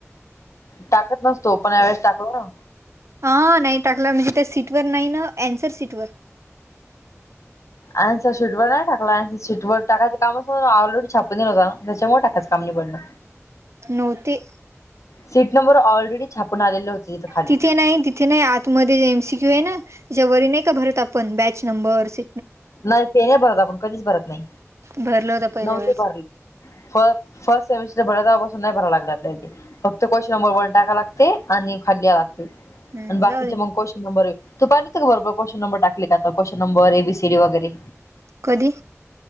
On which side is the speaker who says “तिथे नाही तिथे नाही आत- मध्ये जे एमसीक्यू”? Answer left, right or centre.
Right